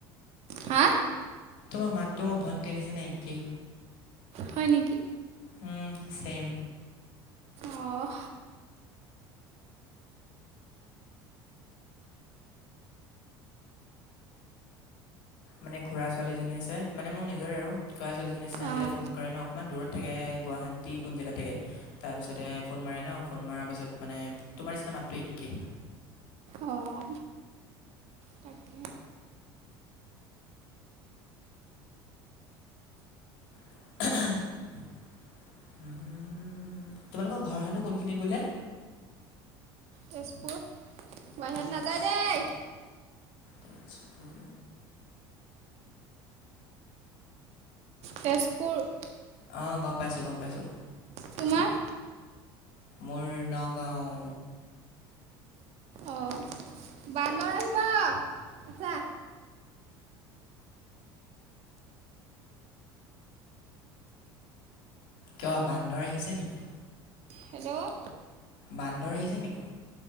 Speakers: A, on the right; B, on the left.
A: হা
B: তোমাৰ মাতটো মোৰ ভণ্টিৰ নিচিনা একেই।
A: হয় নেকি?
B: উম, চেম।
A: অঁ
B: মানে খুৰা ছোৱালীজনী আছে মানে মোৰ নিজৰে আৰু খুৰা ছোৱালীজনী নিচিনা
A: অঁ
B: যেতিয়া ফোন কৰে ন অকনমান দূৰত থাকে গুৱাহাটী, কোন জেগাত থাকে! তাৰ পিছতে ফোন মাৰে ন, ফোন মাৰ পাছত মানে তোমাৰ নিচিনা মাতটো এক কে।
A: অঁ। তাকে
B: <inaudible> হম হ, তোমালোকৰ ঘৰ হেনো কোনখিনিত বোলে?
A: তেজপুৰ। বাহিৰত
B: তেজ
A: নাযায় দেই
B: তেজপুৰ।
A: তেজপুৰ
B: অ', গম পাইছো, গম পাইছো।
A: তোমাৰ?
B: মোৰ নগাঁও।
A: অঁ বান্দৰ আহিব আছা।
B: কিয় বান্দৰ আহিছে নেকি?
A: হেল্ল'
B: বান্দৰ আহিছে নেকি?